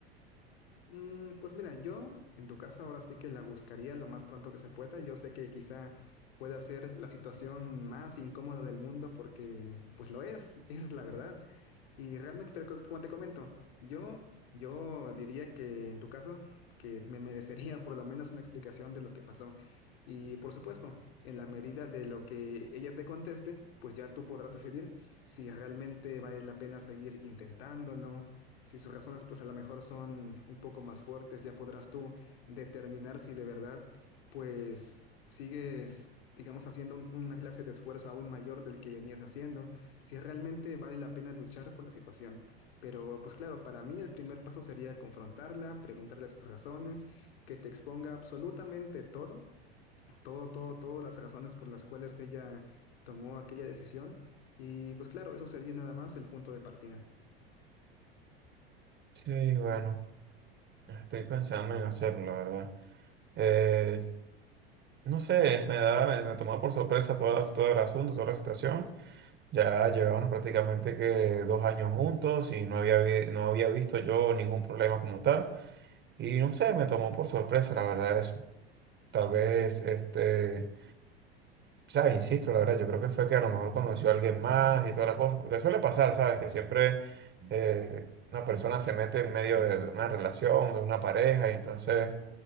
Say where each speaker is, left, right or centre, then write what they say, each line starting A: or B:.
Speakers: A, on the left; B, on the right.
A: Mm, Pues mira, yo en tu casa ahora sí que la buscaría lo más pronto que se pueda. Yo sé que quizá pueda ser la situación más incómoda del mundo porque pues lo es, <laughs> esa es la verdad. Y realmente, pero co- como te comento, yo, yo diría que en tu caso, que me merecería <laughs> por lo menos una explicación de lo que pasó. Y por supuesto, en la medida de lo que ella te conteste, pues ya tú podrás decidir si realmente vale la pena seguir intentándolo, si sus razones pues a lo mejor son un poco más fuertes, ya podrás tú determinar si de verdad pues sigues, digamos, haciendo un- una clase de esfuerzo aún mayor del que venías haciendo si realmente vale la pena luchar por la situación. Pero pues claro, para mí el primer paso sería confrontarla, preguntarle sus razones, que te exponga absolutamente todo, todo, todo, todas las razones por las cuales ella tomó aquella decisión. Y pues claro, eso sería nada más el punto de partida.
B: Sí, bueno, estoy pensando en hacerlo, la verdad. Eh, no sé, me da, me, me tomó por sorpresa toda la, todo el asunto, toda la situación. Ya llevábamos prácticamente que dos años juntos y no había, vi- no había visto yo ningún problema como tal. Y no sé, me tomó por sorpresa, la verdad, eso. Tal vez, este, sabes, insisto, la verdad, yo creo que fue que a lo mejor conoció a alguien más y toda la cosa, porque suele pasar, ¿sabes? Que siempre eh, una persona se mete en medio de una relación, de una pareja, y entonces,